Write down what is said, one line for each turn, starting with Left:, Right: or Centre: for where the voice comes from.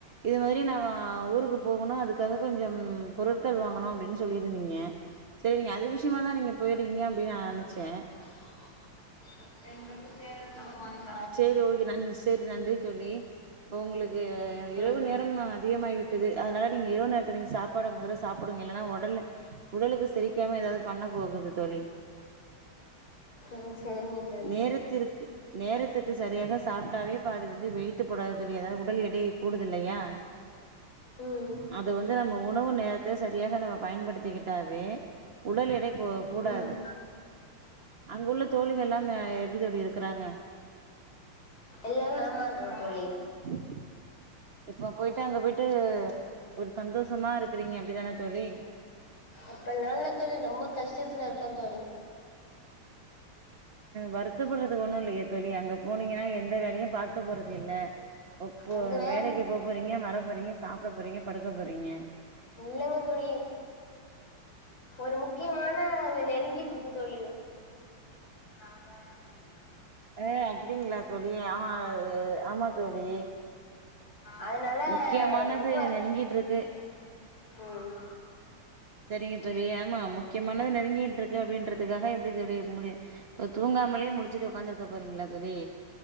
Right: இது மாரி நாங்க ஊருக்கு போகணு அது அது கொஞ்சம் பொருட்கள் வாங்கணு அப்டின்னு சொல்லியிருந்தீங்க செரி நீங்க அது விஷயமா தா நீங்க போயிருக்கீங்க அப்டின்னு நா நினைச்சேன்
Left: <unintelligible>
Right: செரி ஓகே நன் சேரி நன்றி தோழி உங்களுக்கு இரவு
Left: ம்
Right: நேரம் தா அதிகமாயிவிட்டது அதனால நீங்க இரவு நேரத்து நீங்க சாப்பாடு முதல்ல சாப்புடுங்க இல்லன்னா உடல்ல உடலுக்கு செரிக்காம ஏதாது பண்ண போகுது தோழி
Left: ஒ சேரிங்க
Right: நேரத்திற்கு நேரத்துக்கு சரியாக சாப்பிட்டாவே பாதி வந்து வெயிட்டு போடாது தோழி அதாது உடல் எடை கூடுது இல்லையா
Left: ம்
Right: அது வந்து நம்ம உணவு நேரத்த சரியாக நம்ம பயன்படுத்திக்கிட்டாவே உடல் எடை கூ கூடாது
Left: ம்
Right: அங்குள்ள தோழிகள் எல்லாம் ஆ எப்டி தோழி இருக்குறாங்க
Left: எல்லா நலமா இருங்காங்க தோழி
Right: ம் இப்ப போயிட்டு அங்க போயிட்டு ஒரு சந்தோஷமா இருக்கிறீங்க அப்டித்தானா தோழி
Left: அப்டிலால்ல தோழி ரொம்ப கஷ்டத்துல இருக்கோ தோழி
Right: வருத்தப்படுறதுக்கு ஒண்ணு இல்லயே தோழி அங்க போனீங்கன்னா எந்த வேலையும் பாக்க போறது இல்ல போ
Left: அந்த வே
Right: வேலைக்கு போக போறீங்க வர போறீங்க சாப்பிட போறீங்க படுக்க போறீங்க
Left: இல்லங்க தோழி ஒரு முக்கியமான நெருங்கிட்டு இருக்கு தோழி நாந்தா ஏமாத்துனா
Right: அ அப்டிங்ளா தோழி அ ஆமா தோழி
Left: அதனால
Right: முக்கியமானது
Left: ரொம்ப
Right: நெருங்கிட்டுருக்கு
Left: ம்
Right: செரிங்க தோழி ஆமா முக்கியமானது நெருங்கிட்டுருக்கு அப்டின்றதுக்காக எப்டி தோழி முடி இப்ப தூங்காமலே முழிச்சிட்டு உக்காந்து இருக்க போறீங்ளா தோழி